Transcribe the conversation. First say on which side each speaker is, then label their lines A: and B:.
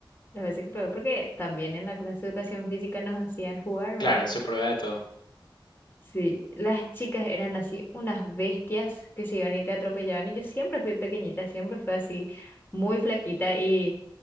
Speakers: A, on the left; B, on the left.
A: las veces que probé, porque también en la clase de educación física nos hacían jugar, ¿verdad?
B: Claro, se prueba de todo.
A: Sí, las chicas eran así unas bestias que se iban y te atropellaban. Y yo siempre fui pequeñita, siempre fui así muy flaquita y